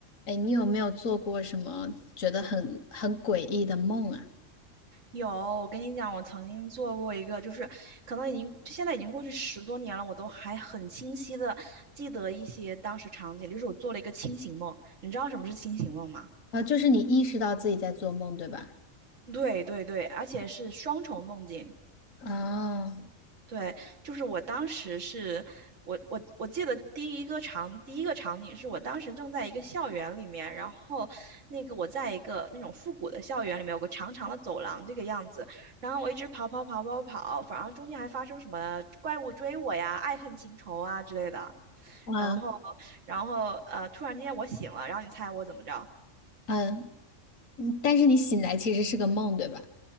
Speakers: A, on the left (about 85°); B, on the right (about 70°).
A: 哎，你有没有做过什么觉得很很诡异的梦啊？
B: 有，我跟你讲，我曾经做过一个，就是可能已经就现在已经过去十多年了，我都还很清晰的记得一些当时场景，就是我做了一个清醒梦。你知道什么是清醒梦吗？
A: 啊，就是你意识到自己在做梦，对吧？
B: 对对对，而且是双重梦境。
A: 啊，
B: 对，就是我当时是我我我记得第一个场第一个场景是我当时正在一个校园里面，然后那个我在一个那种复古的校园里面有个长长的走廊这个样子，然后我一直跑跑跑跑跑，反正中间还发生什么怪物追我呀、爱恨情仇啊之类的，
A: 啊
B: 然后然后呃突然之间我醒了，然后你猜我怎么着？
A: 嗯，嗯但是你醒来其实是个梦，对吧？